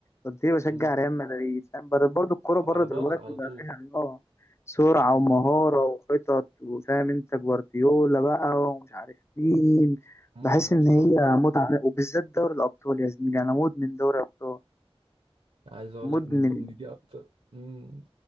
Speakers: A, on the left; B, on the right.
A: قلت لي بشجع
B: امم
A: ريال مدريد فاهم بر- برضو الكوره بره
B: على
A: دلوقتي
B: بر على
A: بقى
B: طول
A: فيها اه سرعه
B: امم
A: ومهاره وخطط وفاهم انت جوارديولا بقى ومش عارف مين
B: متعة
A: بحس
B: بصراحة
A: ان هي متعه وبالذات دوري الابطال يا زميلي انا مدمن دوري ابطال
B: عايز اقول
A: مدمن
B: لك ان دي ان دي اكتر مم.